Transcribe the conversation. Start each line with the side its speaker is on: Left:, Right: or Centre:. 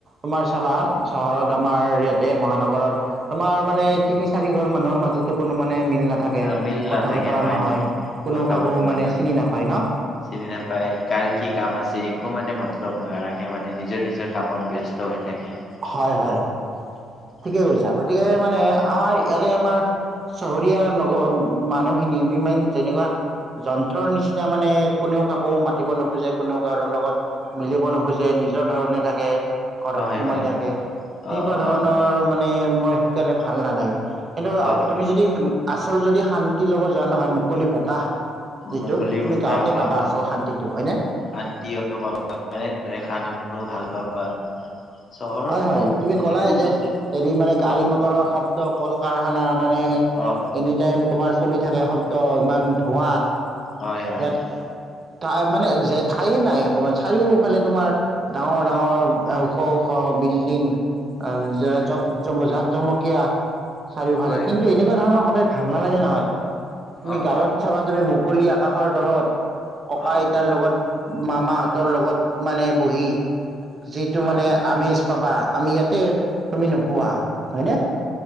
Right: তোমাৰ চাবা চহৰত আমাৰ ইয়াতে মহানগৰত তোমাৰ মানে
Left: উম
Right: তিনি চাৰি ঘৰ মানুহৰ মাজতো কোনো মানে মিল না নাথাকে
Left: আ, মিল নাথাকে
Right: কথা বতৰা
Left: হয়
Right: নহয়
Left: তুমি কথা
Right: কোনো কাকো
Left: বতৰা
Right: মানে
Left: নাই
Right: চিনি নাপায় ন?
Left: চিনি নাপাই কাৰ কি কাম আছে একো মানে মতলব নাৰাখে মানে, নিজৰ নিজৰ কামত ব্যস্ত স্ত হৈ থাকে।
Right: হয় হয় ঠিকেই
Left: উম
Right: কৈছা, গতিকে মানে আমাৰ ইয়াতে আমাৰ চহৰীয়া নগ মানুহখিনিয় আমিমান যেনেকুৱা যন্ত্ৰৰ নিচিনা মানে কোনেও কাকো মাতিব নোখোজে, কোনেও কাৰো লগত মিলিব নোখোজে নিজৰ ধৰণে থাকে। ঘৰত
Left: হয়
Right: সোমাই
Left: হয়
Right: থাকে এনেকুৱা
Left: অ
Right: ধৰণৰ
Left: অ
Right: মানে মই সেইকাৰণে ভাল নালাগে। কিন্তু
Left: অ
Right: তুমি যদি আচল যদি শান্তি ল'ব যোৱা নহয় মুকলি বতাহ যিটো
Left: মুকলি
Right: তুমি
Left: বতাহ
Right: গাঁৱতে পাবা
Left: অ
Right: আচল শান্তিটো! হয়নে?
Left: শান্তি পাবা তাৰে খানাবোৰো ভাল পাবা। চহৰতো
Right: হয় হয় তুমি ক'লাই
Left: একো
Right: যে
Left: বস্তু
Right: হেৰি মানে গাড়ী
Left: অ
Right: মটৰৰ শব্দ, কল কাৰখানা মানে
Left: অ
Right: এনি টাইম তোমাৰ চলি থাকে শব্দ ইমান ধোঁৱা!
Left: হয় হয়
Right: ইয়াত ঠা মানে যে ঠায়ে নাই অকমান চাৰিওফালে তোমাৰ ডাঙৰ ডাঙৰ ওখ ওখ বিল্ডিং। জ
Left: হয়
Right: জাক জমকীয়া চাৰিওফালে,
Left: হয়
Right: কিন্তু
Left: হয়
Right: এনেকুৱা ধৰণৰ সদায় ভাল নালাগে নহয়, তুমি
Left: অ
Right: গাঁৱত
Left: অ
Right: চাবা তুমি মু কলি আকাশৰ তলত, ককা
Left: অ
Right: আইতাৰ লগত মামাহঁতৰ লগত মানে বহি যিটো মানে
Left: অ
Right: আমেজ পাবা আমি ইয়াতে তুমি নোপোৱা, হয়নে!